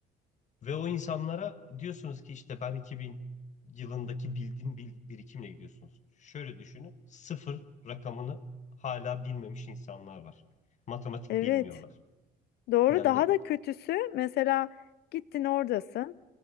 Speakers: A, on the left; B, on the left.
A: Ve o insanlara diyorsunuz ki işte ben 2000 yılındaki bildiğim bil- birikimle gidiyorsunuz. Şöyle düşünün. Sıfır rakamını hala bilmemiş insanlar var. Matematik
B: Evet.
A: bilmiyorlar.
B: Doğru
A: Yani
B: daha da kötüsü mesela gittin oradasın.